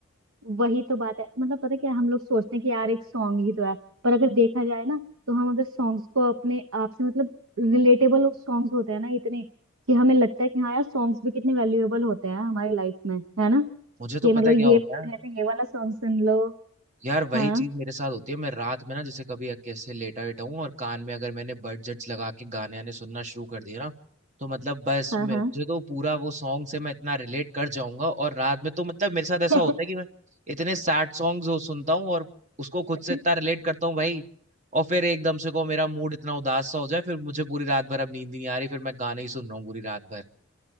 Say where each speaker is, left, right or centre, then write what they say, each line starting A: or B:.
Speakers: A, on the right; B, on the right.
A: वही तो बात है मतलब पता है क्या हम लोग सोचते हैं कि यार एक सॉन्ग ही तो है पर अगर देखा जाए ना तो हम अगर सॉन्ग्स को अपने आप से मतलब रिलेटेबल सॉन्ग्स होते हैं ना इतने कि हमें लगता है कि हाँ यार सॉन्ग्स भी कितने वैल्यूएबल होते हैं हमारी लाइफ में है ना
B: मुझे
A: कि
B: तो पता
A: मतलब
B: है क्या
A: ये
B: होता
A: मूड
B: है
A: है तो ये वाला सॉन्ग सुन लो
B: यार वही
A: हाँ
B: चीज मेरे साथ होती है मैं रात में ना जैसे कभी कैसे लेटा वेटा हूँ और कान में अगर मैंने बडजेट्स लगा के गाने आने सुनना शुरू कर दिए ना तो मतलब बस
A: हाँ
B: मैं जो तो पूरा वो सॉन्ग से मैं इतना रिलेट कर जाऊंगा और रात में तो मतलब मेरे साथ ऐसा
A: हाँ
B: होता है कि मैं इतने सैड सॉन्ग्स हो सुनता हूँ और उसको
A: <laughs>
B: खुद से इतना रिलेट करता हूँ भाई और फिर एकदम से को मेरा मूड इतना उदास सा हो जाए फिर मुझे पूरी रात भर अब नींद ही नहीं आ रही फिर मैं गाने ही सुन रहा हूँ पूरी रात भर